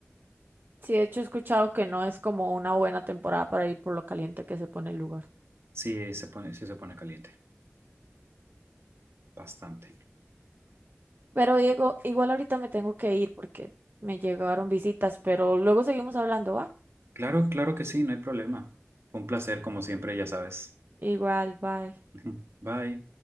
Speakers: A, on the right; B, on the right.
A: Sí, de hecho he escuchado que no es como una buena temporada para ir por lo caliente que se pone el lugar.
B: Sí, se pone, sí se pone caliente, bastante.
A: Pero Diego, igual ahorita me tengo que ir porque me llegaron visitas, pero luego seguimos hablando, ¿va?
B: Claro, claro que sí, no hay problema. Fue un placer, como siempre, ya sabes.
A: Igual, bye.
B: <laughs> Bye.